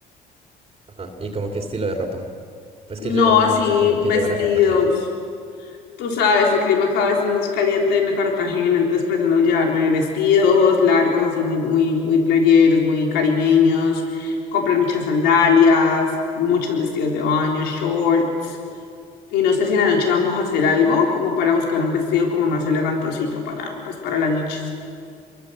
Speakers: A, on the right; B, on the left.
A: Ajá. ¿Y como qué estilo de ropa? Pues
B: No
A: que yo, yo
B: así
A: no sé cómo qué
B: vestidos.
A: llevar a Cartagena.
B: Tú sabes, el clima cada vez es más caliente en Cartagena, entonces pretendo llevarme vestidos largos, así muy, muy, muy playeros, muy caribeños, comprar muchas sandalias, muchos vestidos de baño, shorts. Y no sé si en la noche vamos a hacer algo como para buscar un vestido como más elegantosito para, pues, para las noches.